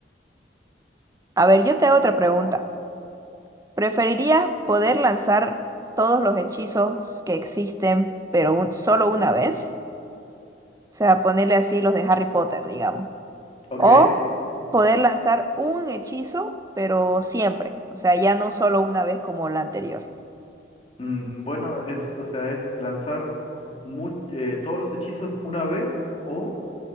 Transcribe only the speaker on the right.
A ver, yo te hago otra pregunta. ¿Preferirías poder lanzar todos los hechizos que existen, pero un- solo una vez? O sea, ponerle así los de Harry Potter, digamos.
O poder lanzar un hechizo, pero siempre. O sea, ya no solo una vez como la anterior.